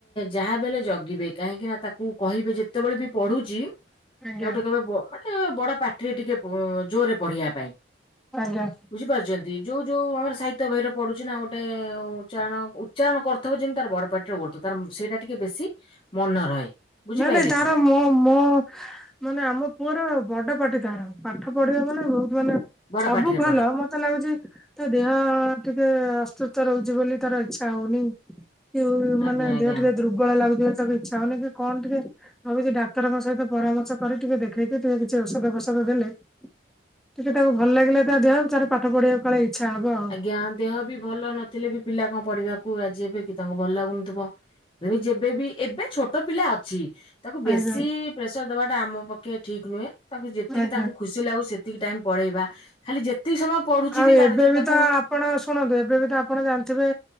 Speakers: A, on the left; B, in the centre.
A: ଯାହା ବି ହେଲେ ଜଗିବେ କାହିଁକି ନା ତାକୁ କହିବେ ଯେତେବେଳେ ବି ପଢୁଚି
B: ଆଜ୍ଞା
A: ତାକୁ ଟିକେ କହିବେ ବ ଗୋଟେ ବଡ ପାଟିରେ ଟିକେ ପ୍ ଜୋରରେ ପଢିବା ପାଇଁ।
B: ଆଜ୍ଞା।
A: ବୁଝ୍ ଝି ପାରୁଚନ୍ତି। ଯୋଉ ଯୋଉ ଆମର ସାହିତ୍ୟ ବହିରେ ପଢୁଚି ନା ଗୋଟେ ଉଚ୍ଚାରଣ ଉଚ୍ଚାରଣ କରୁଥିବ ଯେମିତି ତାର ବଡ ପାଟିରେ କରୁଥିବ। ତାର ସେଇଟା ଟିକେ ବେଶୀ ମନ ରହେ ବୁଝିପାରିଲେ
B: ନାଇଁ ନାଇଁ ତାର
A: କି
B: ମୋ ମୋ ମାନେ ଆମ ପୁଅର ବଡ ପାଟି ତାର ପାଠ ପଢିବ ମାନେ ବହୁତ ମାନେ
A: ବଡ
B: ସବୁ
A: ପାଟିରେ
B: ଭଲ
A: ପଢେ।
B: ମତ୍ ତେ ଲାଗୁଚି ତା ଦେହ ଟିକେ ଅସୁସ୍ଥ ରହୁଚି ବୋଲି ତାର ଇଚ୍ଛା ହଉନି। କି ମାନେ
A: ଆଜ୍ଞା
B: ଦେହ
A: ଆଜ୍ଞା
B: ଟିକେ ଦୁର୍ବଳ ଲାଗୁଚି ବୋଲି ତାକୁ ଇଚ୍ଛା ହଉନି କି କଣ ଟିକେ ଭାବିଚି ଡାକ୍ତରଙ୍କ ସହିତ ପରାମର୍ଶ କରି ଟିକେ ଦେଖେଇକି ଟିକେ କିଛି ଔଷଧ ଫୌଷଧ ଦେଲେ ଟିକେ ତାକୁ ଭଲ ଲାଗିଲା ତା ଦେହ ତାର ପାଠ ପଢିବାକୁ କାଳେ ଇଚ୍ଛା ହବ। ଆଉ।
A: ଆଜ୍ଞା ଦେହ ବି ଭଲ ନଥିଲେ ବି ପିଲା କଣ ପଢିବାକୁ ରାଜି ହେବେ କି ତାଙ୍କୁ ଭଲ ଲାଗୁନଥିବ। ଭାରି ଯେବେବି ଏବେ ଛୋଟ ପିଲା ଅଛି ତାକୁ ବେଶି
B: ଆଜ୍ଞା
A: ପ୍ରେସର ଦବାଟା ଆମ ପକ୍ଷେ ଠିକ୍ ନୁହେଁ। ତାଙ୍କୁ ଯେତିକି
B: ଆଜ୍ଞା।
A: ତାଙ୍କୁ ଖୁସି ଲାଗୁଚି ସେ ତିକି ଟାଇମ ପଢେଇବା ଖାଲି ଯେତିକି ସମୟ ପଢୁଚିବି
B: ଆଉ
A: ତା
B: ଏବେ
A: ଭିତରେ
B: ବି
A: ତାକ
B: ତ ଆପଣ ଶୁଣନ୍ତୁ ଏବେ ବି ତ ଆପଣ ଜାଣିଥିବେ